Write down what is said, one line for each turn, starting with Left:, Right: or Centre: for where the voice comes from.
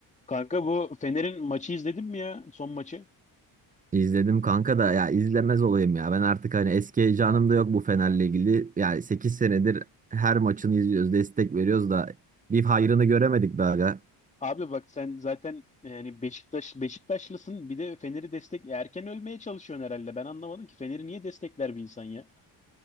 Left: Kanka bu Fener'in maçı izledin mi ya? Son maçı.
Right: İzledim kanka da ya izlemez olayım ya. Ben artık hani eski heyecanım da yok bu Fener'le ilgili. Yani 8 senedir her maçını izliyoruz, destek veriyoruz da bir hayrını göremedik daha. Ya
Left: Abi bak sen zaten yani Beşiktaş Beşiktaşlısın. Bir de Fener'i destek erken ölmeye çalışıyorsun herhalde. Ben anlamadım ki Fener'i niye destekler bir insan ya?